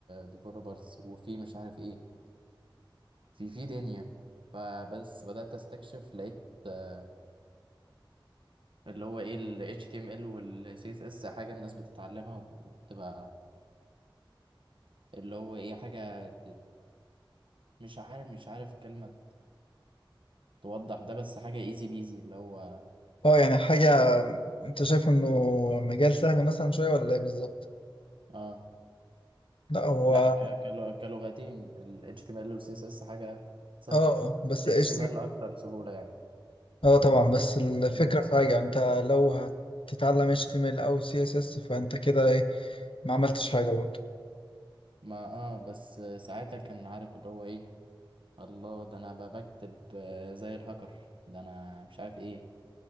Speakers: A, on the right; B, on the left.
A: ديفلوبرز وفي مش عارف ايه في في دنيا فبس بدأت استكشف لقيت آه، اللي هو ايه ال HTML وال CSS حاجة الناس بتتعلمها وبتبقى اللي هو ايه حاجة ت- مش عارف مش عارف كلمة توضح ده بس حاجة ايزي بيزي اللي هو
B: اه يعني حاجة انت شايف انه مجال سهل مثلا شوية ولا ايه بالظبط؟
A: اه
B: لا هو
A: لا ك... كلو- كلغتين ال HTML وال CSS حاجة سهلة
B: اه بس
A: ال
B: ايش
A: HTML أكتر سهولة يعني
B: اه طبعا بس الفكرة
A: مم.
B: في حاجة انت لو هتتعلم HTML او CSS فانت كده ايه ما عملتش حاجة برضه
A: ما اه بس ساعتها كان عارف اللي هو ايه الله ده انا بقى بكتب آه، زي الهاكر ده انا مش عارف ايه